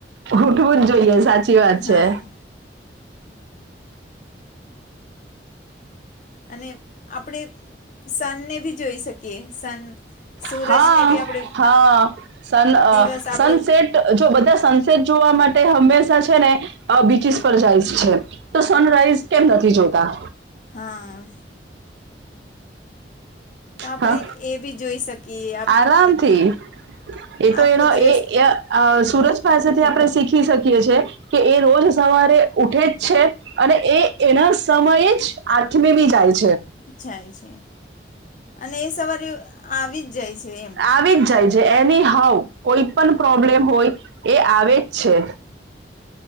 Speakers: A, on the right; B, on the left.
A: ઉઠવું જ જોઈએ સાચી વાત
B: હા
A: છે.
B: અને આપણે સનને ભી જોઈ શકીએ સન સૂરજને
A: હા
B: બી આપણે
A: હા સન
B: દિવસ આપણો
A: સનસેટ જો બધા સનસેટ જોવા માટે હંમેશા છે ને બીચસ પર જાય છે. તો સનરાઈઝ કેમ નથી જોતા.
B: હા. તો આપણે
A: હા
B: એ બી જોઈ શકીએ આપણે
A: આરામથી એતો
B: આખો
A: એનો
B: દિવસ
A: એ. અ સુરજ પાસેથી આપણે શીખી શકીએ છેએ કે એ રોજ સવારે ઉઠે જ છે. અને એ એના સમયે જ આઠમી બી જાય છે.
B: જાય છે અને એ સવારે આવી જ જાય છે એમ.
A: આવી જ જાય છે એની હઉ કોઈ પણ પ્રોબ્લેમ હોય એ આવે જ છે.